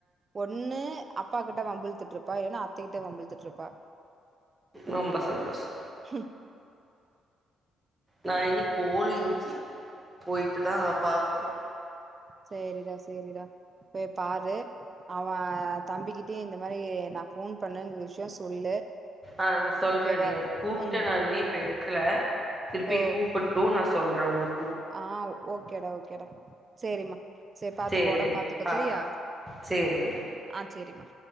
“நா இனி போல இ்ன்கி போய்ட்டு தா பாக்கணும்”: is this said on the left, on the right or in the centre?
Right